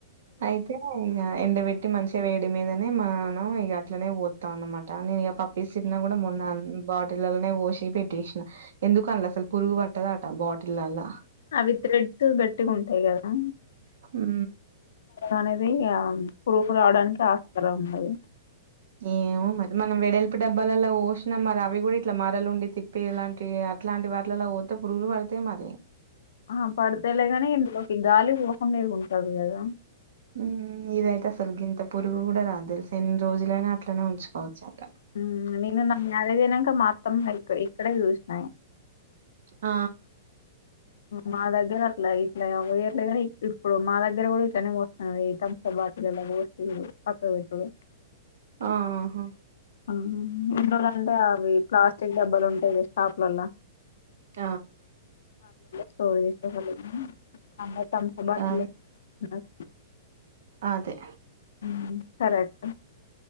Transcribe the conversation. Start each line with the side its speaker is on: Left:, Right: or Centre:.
Right: అయితే ఇగ ఎండబెట్టి మంచిగా వేడి మీదనే మనం ఇగ అట్లనే పోత్తం అన్నమాట కానీ ఇగ పప్పు ఇసిరినా కూడా మొన్న బాటిళ్లలోనే బోసి పెట్టేసినా ఎందుకు అల్ల అసలు పురుగు పట్టదాటా బాటిళ్ళల్లా
Left: అవి థ్రెడ్స్ గట్టిగా ఉంటాయి గదా
Right: హూ
Left: అనేది పురుగు రావడానికి ఆస్కారం ఉండదు
Right: ఏవో మరి మనం వెడల్పు డబ్బాలలో పోసినాం మరి అవి కూడా ఇట్లా మరలు ఉండి తిప్ పేలాంటివి అట్లాంటి వాట్లల్లా పోత్తే పురుగులు పడతాయి మరి
Left: ఆ పడితేలేగాని ఇందులోకి కి గాలి పోకుండా ఉంటది గదా
Right: ఉ ఇదయితే అసలు గింత పురుగు కూడా రాదు తేలుసా ఎన్ని రోజులైనా అట్లనే ఉంచుకోవచ్చు అట
Left: హు నేను నా మ్యారేజ్ అయినంక మా అత్తమ్మ ఇక్ ఇక్కడే చూసిన
Right: ఆ
Left: మా దగ్గర అట్లా ఇట్లా పోయేట్లే కానీ ఇప్పుడు మా దగ్గర కూడా ఇట్లనే పోస్తున్నారూ బాటిలల్లా పోసుడు పక్కకు పెట్టుడు
Right: ఆహ
Left: ఆహ్ గంతు అవి ప్లాస్టిక్ డబ్బాలు ఉంటావి షాపులలా.
Right: ట
Left: స్టోర్ చేసేవాళ్ళు అందరు థమ్సప్ బాటిల్
Right: ఆ అ
Left: వస్తున్నారు.
Right: అదె
Left: హ్మ్మ్ సరే అయితే